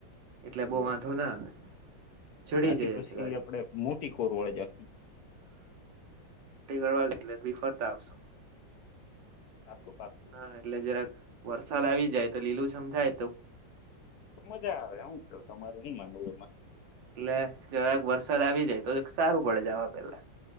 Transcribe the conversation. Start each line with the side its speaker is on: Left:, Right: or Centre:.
Right: એટલે બહુ
Left: બરોબર
Right: વાંધો ના આવે. ચડી
Left: ત્યાંથી
Right: જાય
Left: પછી
Right: છે ગાડી
Left: આપડે મોટી કોરવાળે જાકી <unintelligible>
Right: ઘટી ગળવાથી લ તી ફરતા આવશો.
Left: પાકું પાકું
Right: હા એટલે જરાક. વરસાદ આવી જાય તો લીલું સમજાય તો
Left: મજા આવે હું. કેવ તમારું હું માનવું એમાં
Right: એટલે જરાક વરસાદ આવી જાય તો સારું પડે જવા. પેલા